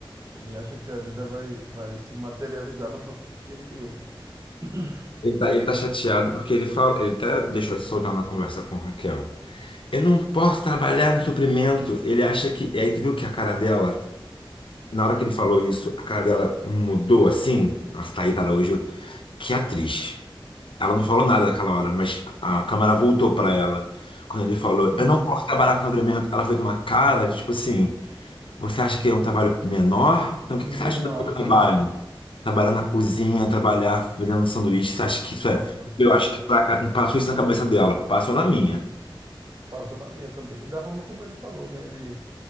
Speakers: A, on the right (about 35°); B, on the left (about 70°).
A: ele acha que a vida vai, vai se materializar na fanfic que ele criou. <clears throat>
B: Ele tá, ele tá chateado porque ele fala, ele até deixou de soltar na conversa com Raquel. Eu não posso trabalhar no suprimento. Ele acha que. E aí tu viu que a cara dela, na hora que ele falou isso, a cara dela mudou assim. Nossa, Thaís Araújo, que atriz. Ela não falou nada naquela hora, mas a câmera voltou pra ela. Quando ele falou, eu
A: Uhum.
B: não posso trabalhar com dobramento, ela fez uma cara de tipo assim: você acha que é um trabalho menor? Então o que que você
A: Menor,
B: acha do meu trabalho?
A: aham.
B: Trabalhar na cozinha, trabalhar vendendo sanduíche, você acha que isso
A: Rodando
B: é.
A: silêncio.
B: Eu acho que pra- passou isso na cabeça dela, passou na minha.
A: Passou na minha também. E da forma como ele falou, né? Ele